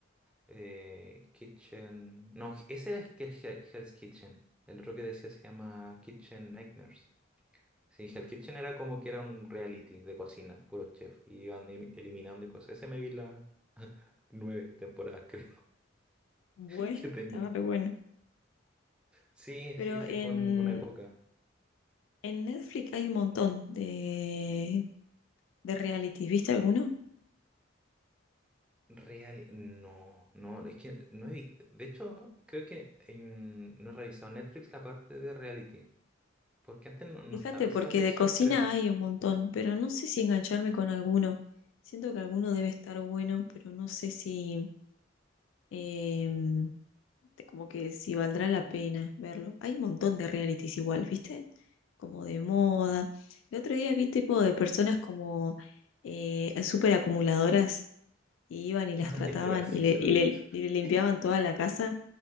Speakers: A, in the centre; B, on the left (about 80°).
A: eh, Kitchen. No, ese era el que- Hell- Hell's Kitchen. El otro que decía se llama Kitchen Nightmares. Sí, Hell Kitchen era como que era un reality de cocina, puros chefs, y iban elim- eliminando y cosas. Ese me vi las <laughs> nueve temporadas, creo,
B: Bueno,
A: <laughs> que tenía.
B: estaba re bueno.
A: Sí,
B: Pero
A: sí, sí,
B: en,
A: fue en una época.
B: en Netflix hay un montón de, ¿De reality? ¿Viste alguno?
A: Real, no, no, es que no he vi- De hecho, creo que en- no he revisado Netflix la parte de reality, porque antes no, no
B: Fíjate,
A: estaba esa
B: porque
A: sección,
B: de cocina
A: creo.
B: hay un
A: <laughs>
B: montón, pero no sé si engancharme con alguno. Siento que alguno debe estar bueno, pero no sé si, em, te- como que si valdrá la pena verlo. Hay un montón de realities igual, ¿viste? Como de moda. El otro día vi tipo de personas como eh, súper acumuladoras y iban y las
A: Ah,
B: trataban
A: ya, sí,
B: y le,
A: se
B: y
A: lo he visto.
B: le, y le limpiaban
A: <laughs>
B: toda la casa.
A: Sí.